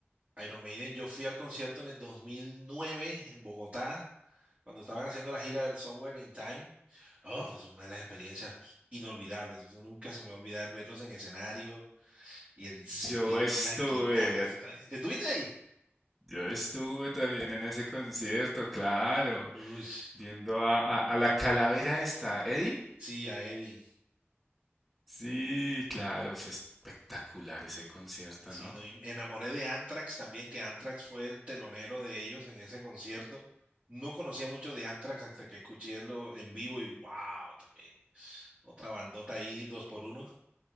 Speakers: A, on the right; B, in the centre.
A: Iron Maiden, yo fui al concierto en el 2009 en Bogotá, cuando estaban haciendo la gira del Somewhere in Time. Oh, es una de las experiencias inolvidables, eso nunca se me va a olvidar verlos en escenario y el sentir
B: Yo estuve,
A: las guitarras y tal. ¿Estuviste ahí?
B: yo estuve también en ese concierto, claro,
A: Uy,
B: viendo a, a- a la calavera esta, Eddie.
A: sí, a Eddie.
B: Sí, claro, fue espectacular ese concierto,
A: Sí,
B: ¿no?
A: no, y me enamoré de Anthrax también, que Anthrax fue el telonero de ellos en ese concierto. No conocía mucho de Anthrax hasta que escuché lo en vivo y wow, también. Otra bandota ahí, dos por uno,